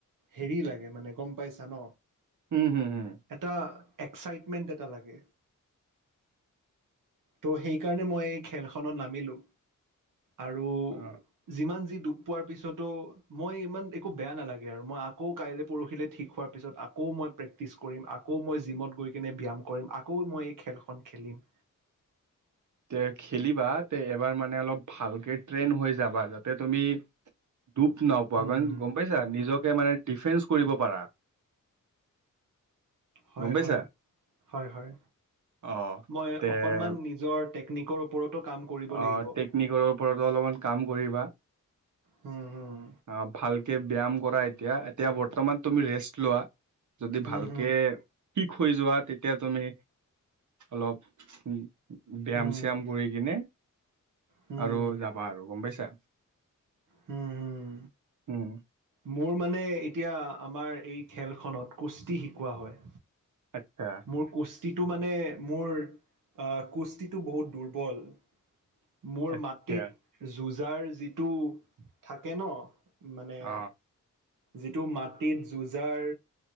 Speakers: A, on the right; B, on the right.
A: হেৰি লাগে মানে গম পাইছা ন
B: উম হুম হুম।
A: এটা এক্সাইটমেণ্ট এটা লাগে। ত' সেইকাৰণে মই এই খেলখনত নামিলো আৰু
B: অ
A: যিমান যি ডুপ পোৱাৰ পিছতো মই ইমান একো বেয়া নালাগে আৰু মই আকৌ কাইলৈ পৰহিলৈ ঠিক হোৱাৰ পিছত আকো আকৌ মই প্ৰেক্টিচ কৰিম, আকৌ মই জিমত গৈ কিনে ব্যায়াম কৰিম, আকৌ মই এই খেলখন খেলিম।
B: তে খেলিবা তে এবাৰ মানে অলপ ভালকে ট্ৰেইন হৈ যাবা যাতে তুমি দুপ নাপোৱা
A: উম
B: গম পাইছা নিজকে মানে ডিফেন্চ কৰিব পাৰা।
A: হয়
B: গম পাইছা
A: হয় হয় হয়,
B: অ
A: মই
B: তে
A: অকনমান নিজৰ টেকনিক ওপৰতো কাম কৰিব
B: অ
A: লাগিব
B: টেকনিকৰ ওপৰতো অলপমান কাম কৰিবা।
A: হুম হুম
B: অ ভালকে ব্যায়াম কৰা এতিয়া, এতিয়া বৰ্তমান তুমি ৰেষ্ট লোৱা। যদি
A: হুম
B: ভালকে
A: হুম
B: ঠিক হৈ যোৱা তেতিয়া তুমি অলপ উ ব্যায়াম
A: হুম
B: চ্যাম কৰি কিনে
A: হুম
B: আৰু যাবা আৰু গম পাইছা।
A: হুম হুম।
B: উম।
A: মোৰ মানে এতিয়া আমাৰ এই খেলখনত কুস্তি শিকোৱা হয়।
B: আচ্ছা।
A: মোৰ কুস্তিটো মানে মোৰ আ কুস্তিটো বহুত দুৰ্বল। মোৰ
B: আচ্ছা
A: মাটিত যুোঁজাৰ যিটো থাকে ন মানে
B: অ
A: যিটো মাটিট যুজাঁৰ